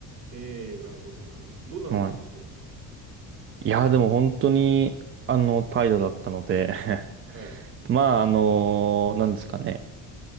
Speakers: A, on the right; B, on the right.
A: ええ、なるほど、なるほど。どんなの作ってました
B: <laughs> はい。いや、でも本当に、あの、怠惰だったので <laughs>
A: はい、
B: まあ、あのなんですかね。